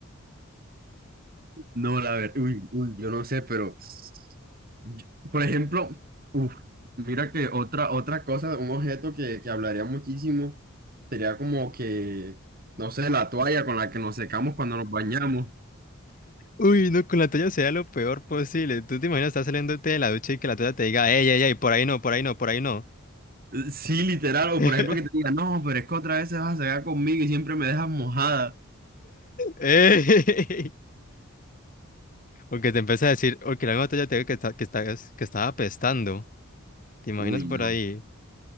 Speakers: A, on the right (about 45°); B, on the left (about 40°).
A: No, la verdad, uy, uy, yo no sé, pero, yo- por ejemplo, uf, mira que otra, otra cosa, un objeto que, que hablaría muchísimo sería como que, no sé, la toalla con la que nos secamos cuando nos bañamos.
B: Uy, no, con la toalla sea lo peor posible. Tú te imaginas, estás saliéndote de la ducha y que la toalla te diga, ey, ey, ey, por ahí no, por ahí no, por ahí no.
A: Sí, literal, o
B: <laughs>
A: por ejemplo que te diga, no, pero es que otra vez se vas a sacar conmigo y siempre me dejas mojada.
B: Ey. O que te empieza a decir, o que la misma toalla te diga que, está, que, estás- que estaba apestando. ¿Te imaginas
A: Uy,
B: por
A: no,
B: ahí?